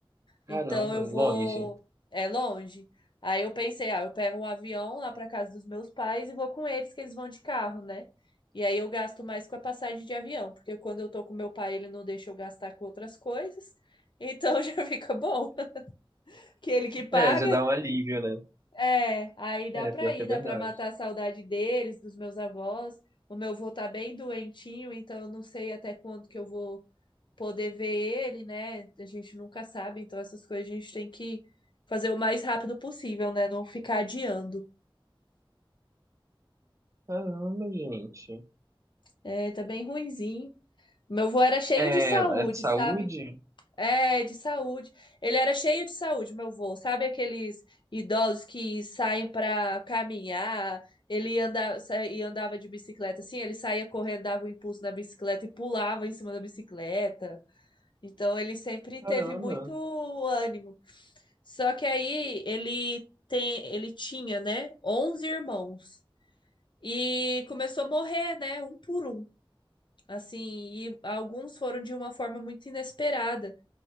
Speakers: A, on the right (about 35°); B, on the left (about 55°).
A: Caramba,
B: Então eu vou,
A: longe.
B: é longe. Aí eu pensei, ah, eu pego um avião lá para casa dos meus pais e vou com eles, que eles vão de carro, né? E aí eu gasto mais com a passagem de avião, porque quando eu tô com meu pai, ele não deixa eu gastar com outras coisas. Então <laughs> já fica bom, que ele que paga.
A: É, já dá um alívio, né?
B: É, aí dá
A: É,
B: pra
A: pior
B: ir,
A: que é
B: dá
A: verdade.
B: pra matar a saudade deles, dos meus avós. O meu avô tá bem doentinho, então eu não sei até quando que eu vou poder ver ele, né? A gente nunca sabe, então essas coisas a gente tem que fazer o mais rápido possível, né? Não ficar adiando.
A: Caramba, gente.
B: É, tá bem ruinzinho. Meu avô era cheio
A: É,
B: de saúde,
A: é de saúde?
B: sabe? É, de saúde. Ele era cheio de saúde, meu avô. Sabe aqueles idosos que saem para caminhar? Ele anda, sa- e andava de bicicleta assim, ele saía correndo, dava um impulso na bicicleta e pulava em cima da bicicleta. Então ele sempre
A: Caramba.
B: teve muito ânimo. Só que aí ele tem, ele tinha, né, Onze irmãos e começou a morrer, né, um por um. Assim, e alguns foram de uma forma muito inesperada.